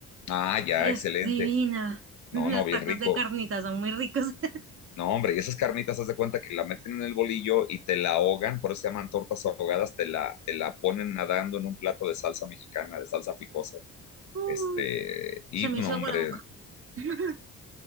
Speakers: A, on the left; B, on the right.
A: Ah, ya,
B: y
A: excelente.
B: es divina. <laughs>
A: No,
B: Los
A: no, bien
B: tacos
A: rico.
B: de carnitas son muy ricos. <laughs>
A: No, hombre, y esas carnitas, haz de cuenta que la meten en el bolillo y te la ahogan, por eso se llaman tortas ahogadas, te la, te la ponen nadando en un plato de salsa mexicana, de salsa picosa.
B: Uy,
A: Este, y
B: se me
A: no,
B: hizo
A: hombre,
B: agua la boca. <laughs>